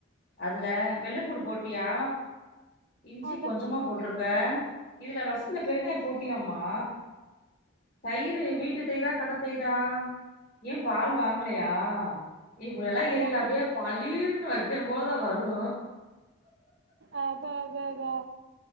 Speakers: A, on the left (about 45°); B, on the right (about 60°).
A: அதுல வெள்ளப்பூடு போட்டியா இஞ்சி
B: அதா
A: கொஞ்சமா போட்ருக் க இதுல ரசத்துல பெருங்காயோ போட்டியாம்மா தயிரு வீட்டு தயிரா கட தயிரா ஏ பால் வாங்கலயா இப்பிடியெல்லா கேக்கல
B: அதா
A: அப்டியே பளீர்னு வைக்கணு போலதா வரு
B: அதா அதா அதா